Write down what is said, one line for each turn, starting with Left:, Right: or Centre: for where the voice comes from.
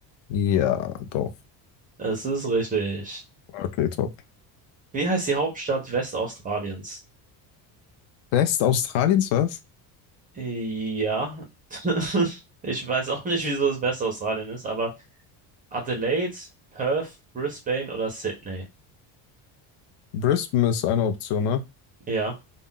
Left: Ja, doch.
Right: Es ist richtig.
Left: Okay, top.
Right: Wie heißt die Hauptstadt Westaustraliens?
Left: West Australiens, was?
Right: Ja. <laughs> Ich weiß auch nicht, wieso es Westaustralien ist, aber Adelaide, Perth, Brisbane oder Sydney?
Left: Brisbane ist eine Option, ne?
Right: Ja,